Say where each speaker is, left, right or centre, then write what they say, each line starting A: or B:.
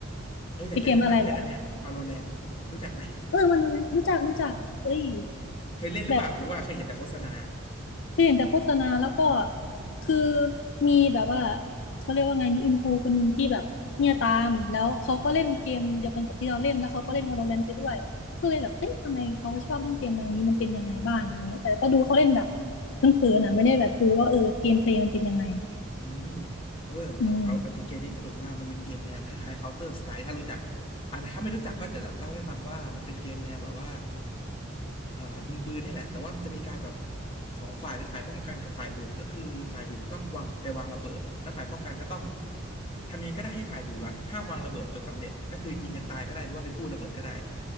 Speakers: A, on the left (about 25°); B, on the left (about 65°).
A: เอออยากจะแนะนำเป็นอันเนี้ย
B: เป็นเกมอะไรเหรอ
A: Valorant รู้จักไหม
B: เออวันนั้นรู้จักรู้จักเอ้ย
A: เคยเล่นหรือเปล่าหรือว่าเคยเห็นแต่โฆษณา
B: แบบเคยเห็นแต่โฆษณาแล้วก็คือมีแบบว่าเขาเรียกว่าไงมีอินฟูคนหนึ่งที่แบบเนี่ยตามแล้วเขาก็เล่นเกมเดียวกันกับที่เราเล่นแล้วเขาก็เล่น Valorant ไปด้วยก็เลยแบบเอ๊ะทำไมเขาชอบเล่นเกมแนวนี้มันเป็นยังไงบ้างอะไรเงี้ยแต่ก็ดูเขาเล่นแบบเพ่อนๆนะไม่ได้แบบดูว่าเออเกมเพลย์มันเป็นยังไง
A: อืมเออเอาเอาจริงเกมนี้สนุกมากมันเป็นเกมแนวคล้ายๆ
B: อืม
A: Counter Strike ถ้ารู้จักอ่ะแต่ถ้าไม่รู้จักก็เดี๋ยวเล่าให้ฟังว่ามันเป็นเกมแนวแบบว่าเอ่อยิงปืนนี่แหละแต่ว่ามันจะมีการแบบสองฝ่ายเป็นฝ่ายป้องกันกับฝ่ายบุกก็คือฝ่ายบุกต้องวางไปวางระเบิดแล้วฝ่ายป้องกันก็ต้องทำยังไงก็ได้ให้ฝ่ายบุกอะห้ามวางระเบิดจนสำเร็จก็คือยิงกันตายก็ได้หรือว่าไปกู้ระเบิดก็ได้